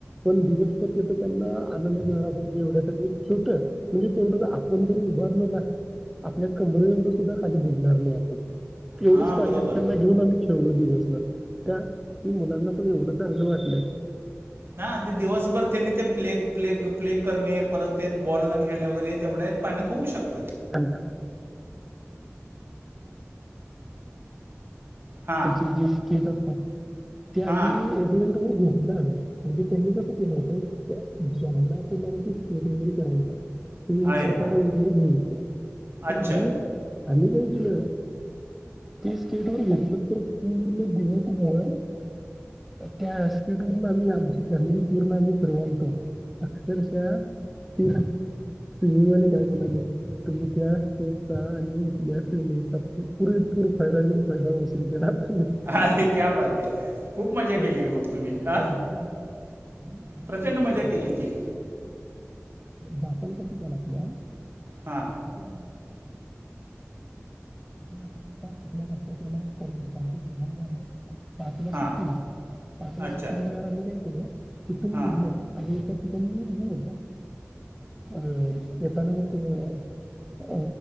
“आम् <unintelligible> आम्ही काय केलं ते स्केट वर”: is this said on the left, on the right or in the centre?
Centre